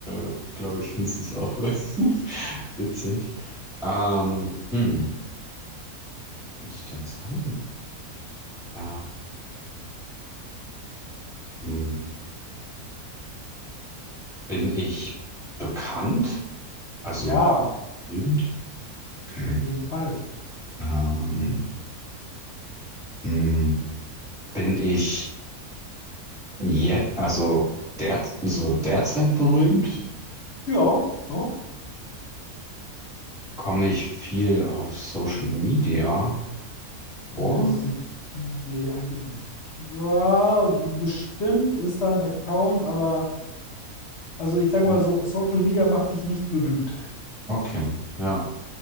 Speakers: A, in the centre; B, on the left (about 55°).
A: äh, glaube ich, findest du es auch <laughs> witzig. Ähm, hm, könnte ich denn sein? Äh, hm, bin ich bekannt? Also
B: Ja.
A: berühmt? Okay.
B: Auf jeden Fall.
A: Ähm, hm, bin ich Jetzt, also der, so derzeit berühmt,
B: Ja, doch.
A: komme ich viel auf Social Media
B: Oh,
A: vor.
B: das ist nicht. Nee, eigentlich nicht. Ja, bestimmt ist da ein Account, aber also ich sag
A: Hm,
B: mal so, Social Media macht dich nicht berühmt.
A: Okay, ja,